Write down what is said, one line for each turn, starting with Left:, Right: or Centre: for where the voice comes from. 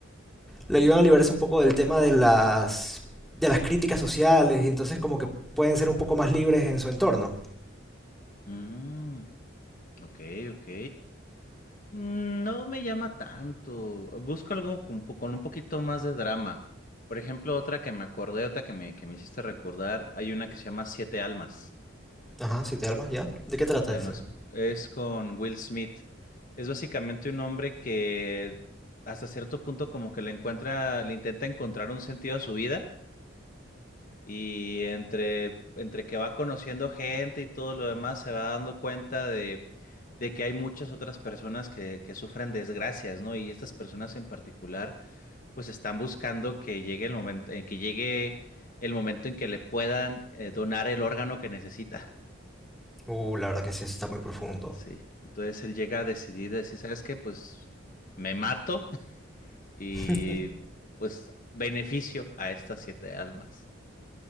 Centre: le ayudan a liberarse un poco del tema de las, de las críticas sociales y entonces como que pueden ser un poco más libres en su entorno.
Left: Mm. Ok, ok. Mm, No me llama tanto. Busco algo con, po- con un poquito más de drama. Por ejemplo, otra que me acordé, otra que me, que me hiciste recordar, hay una que se llama Siete Almas.
Centre: Ajá, siete almas, ya. ¿De qué
Left: Siete
Centre: trata
Left: Almas
Centre: ese?
Left: es con Will Smith. Es básicamente un hombre que hasta cierto punto como que le encuentra, le intenta encontrar un sentido a su vida. Y entre, entre que va conociendo gente y todo lo demás, se va dando cuenta de, de que hay muchas otras personas que, que sufren desgracias, ¿no? Y estas personas en particular, pues están buscando que llegue el momento, eh, que llegue el momento en que le puedan eh, donar el órgano que necesita.
Centre: Uh, la verdad que sí, eso está muy profundo.
Left: Sí. Entonces él llega a decidir, decir, ¿sabes qué? Pues me mato <laughs> y
Centre: <laughs>
Left: pues beneficio a estas siete almas.